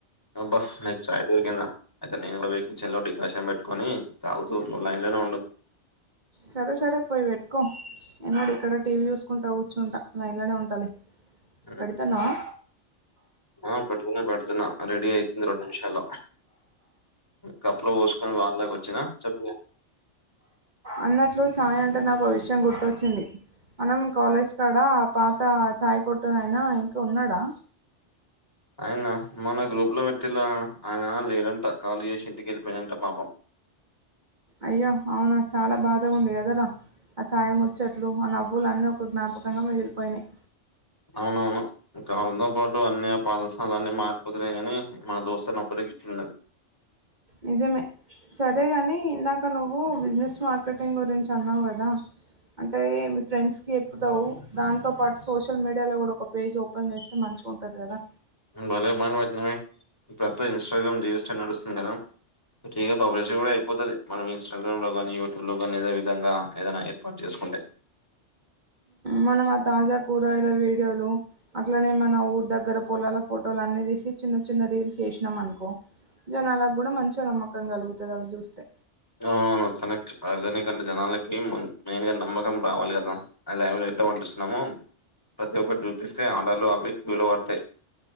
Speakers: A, on the left (about 20°); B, on the right (about 40°).
A: అబ్బా నీకి ఛాయ్ దొరికిందా అయితే నేను కూడా పోయి కిచెన్ లో డికాషన్ పెట్టుకొని తాగుతూ లైన్ లో లొ ఉండు
B: సరే సరే పోయి పెట్టుకో నేను గుడా ఇక్కడ టీవీ చూసుకుంటా కుచుంటా లైన్ లోనే ఉంటలే
A: ఉమ్.
B: పెడతన్నావ
A: ఆ పేడుతున్న పేడుతున్న రెడి అయితుంది రెండు నిమిషల్లో కప్పులో పోసుకొని వాళ్ళ దాక వచ్చినా చెప్పిన
B: అన్నట్లు ఛాయ్ అంటే నాకు విషయం గుర్తొచ్చింది మనం కాలేజ్ కాడ పాత చాయ్ కొట్టు అయనా ఇంకా ఉన్నాడా
A: ఆయన మొన్న గ్రూప్ లో పెట్టిల్ల ఆయన లేడంట కాలీ చేసి ఇంటికెళ్ళిపోయిందంట పాపం
B: అయ్యో అవునా చాలా బాధగా ఉంది కాదరా ఆ ఛాయ్ ముచ్చట్లు అ నవ్వులున్నీ ఒక జ్ఞాపకంగా మిగిలిపోయినాయి
A: అవునవును కాలంతో పాటు అన్ని ఆ పాదశలు అన్నీ మారిపోతున్నాయి కాని మన దోస్తుని ఒక్కటిక ఇట్లున్నది
B: నిజమే సరే కాని ఇందాక నువ్వు బిజినెస్ మార్కెటింగ్ గురించి అన్నావ్ కదా అంటే మీ ఫ్రెండ్స్ కి చెప్పుతావు దాంతో పాటు సోషల్ మీడియాలో కూడా ఒక పేజ్ ఓపెన్ చేస్తే మంచి చిగా ఉంటది కదా
A: బలే బాగా పట్టినవే ఇప్పుడు అందరు ఇన్స్టాగ్రామ్ రీల్స్ పై నడుస్తుంది కదా చేయాగా పబ్లిసిటీ కూడా అయిపోతది మనం ఇన్స్టాగ్రామ్ లో కాని యూట్యూబ్ లో కాని అదే విధంగా ఏదైనా ఏర్పాటు చేసుకో ఉంటే
B: మనం ఆ తాజా కూరగాయల వీడియోలు అట్లనే మన ఊరు దగ్గర పోలాల ఫోటోలు అన్ని తీసి చిన్న చిన్న రీల్స్ చేసినాం అనుకో జనాలకు కూడా మంచిగా నమ్మకం కలుగుతది అవి చూస్తే
A: అవునవును. కనెక్ట్. ఆర్గానిక్ అంటే జనాలకి మెయిన్ గా నమ్మకం రావాలి కదా అ లైవ్ లో ఎట్లా పండిస్తున్నామో ప్రతి ఒక్కటి చూపిస్తే ఆర్డర్ అవి క్యూలో పడతాయి